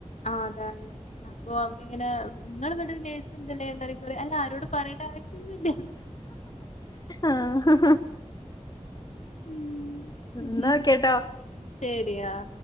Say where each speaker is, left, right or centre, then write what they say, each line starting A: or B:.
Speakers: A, on the left; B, on the left.
A: ആ അതാണ് അപ്പൊ മമ്മി ഇങ്ങനെ നിങ്ങള് ണ്ടത് നേഴ്സ്ന്തല്ലേ എും പറയാ അല്ല ആരോട് പറയേണ്ട ആവശ്യൊന്നുല്ല
B: ആഹ്
A: ഉ ഉ
B: എന്നാ ഓക്കേട്ടോ
A: ശരി അ